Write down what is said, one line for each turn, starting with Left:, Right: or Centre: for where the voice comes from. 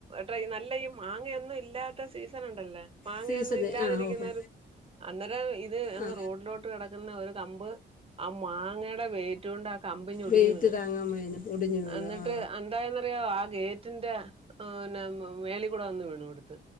Right: ട്ട നല്ല ഈ മാങ്ങയൊന്നും ഇല്ലാത്ത സീസൺ ഉണ്ടല്ലേ മാങ്ങൊന്നും
Left: സീസണ്
Right: ഇല്ലാതിരിക്കുന്നേരം
Left: ആ ഓഹോ
Right: അന്നേരം ഇത് അങ്ങ്
Left: ആ
Right: റോഡിലോട്ട് ട്ട് കെടക്കുന്ന ഒരുതമ്പ് ആ മാങ്ങയുടെ മേ റ്റു ണ്ട് കമ്പിഞ്ഞ ഒടിഞ്ഞു
Left: ഗേറ്റ്
Right: വീണ്
Left: താങ്ങാൻ വയ്യ ഒടിഞ്ഞു വീണ്
Right: അന്നിട്ട്
Left: ആ
Right: എന്താന്നറിയോ ആ ഗേറ്റ് ന്റെ പിന്നെ മേളി കൂടെ വന്ന് വീണു അടുത്ത്